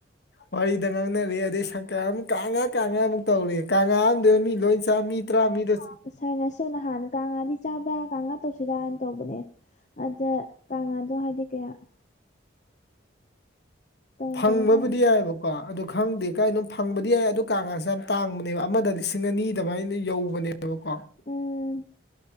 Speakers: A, on the left; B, on the left.
A: ꯋꯥꯔꯤꯗ ꯉꯥꯡꯅꯔꯦ ꯑꯗꯩ ꯁꯪꯀ ꯑꯃꯨꯛ ꯀꯥꯉ ꯀꯥꯉ ꯑꯃꯨꯛ ꯇꯧꯔꯦ ꯀꯪꯉꯥ ꯑꯃꯗꯕꯨ ꯃꯤ ꯂꯣꯏ ꯆꯥ ꯃꯤ ꯇꯔꯥꯃꯔꯤ ꯗꯣ
B: ꯁꯥꯔ ꯅ ꯁꯨ ꯅꯍꯥꯟ ꯀꯥꯡꯉꯥꯗꯤ ꯆꯥꯕ꯭ꯔꯥ ꯀꯥꯡꯉꯥ ꯇꯧꯁꯤꯔꯥꯅ ꯇꯧꯕꯅꯦ ꯑꯗ ꯀꯪꯉꯥꯗꯣ ꯍꯥꯏꯗꯤ ꯀꯌꯥ ꯀꯩꯅꯣ
A: ꯐꯪꯕꯕꯨꯗꯤ
B: ꯇꯧꯅꯤ
A: ꯌꯥꯏꯑꯕ ꯀꯣ ꯑꯗꯨ ꯈꯪꯗꯦ ꯀꯥꯏ ꯑꯗꯨꯝ ꯐꯪꯕꯗꯤ ꯌꯥꯏ ꯑꯗꯨ ꯀꯥꯒꯥꯁꯦ ꯌꯥꯝ ꯇꯥꯡꯕꯅꯦꯕ ꯑꯃꯗ ꯂꯤꯁꯤꯡ ꯑꯅꯤꯗꯃꯥꯏꯅ ꯌꯧꯕꯅꯦꯕ ꯑꯗꯨꯀꯣ
B: ꯎꯝ